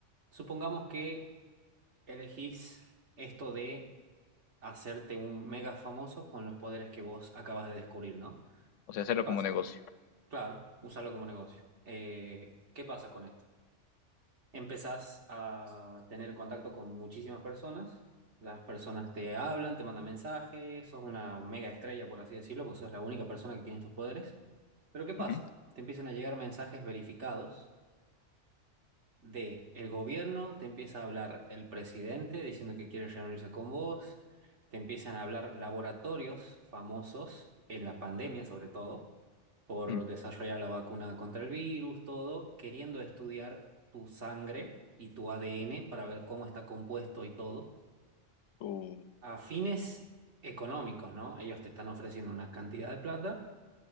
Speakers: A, on the right; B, on the left.
A: supongamos que elegís esto de hacerte un mega famoso con los poderes que vos acabas de descubrir, ¿no?
B: o sea, hacerlo
A: ¿Qué pasa?
B: como negocio.
A: Claro, usarlo como negocio. Eh, ¿qué pasa con esto? Empezás a tener contacto con muchísimas personas, las personas te hablan, te mandan mensajes, sos una mega estrella, por así decirlo, porque sos la única persona que tiene estos poderes. Pero ¿qué pasa?
B: Ujú.
A: Te empiezan a llegar mensajes verificados de el gobierno, te empieza a hablar el presidente diciendo que quiere reunirse con vos, te empiezan a hablar laboratorios famosos en la pandemia sobre todo, por
B: Mm.
A: desarrollar la vacuna contra el virus, todo, queriendo estudiar tu sangre y tu ADN para ver cómo está compuesto y todo,
B: O
A: a fines económicos, ¿no? Ellos te están ofreciendo una cantidad de plata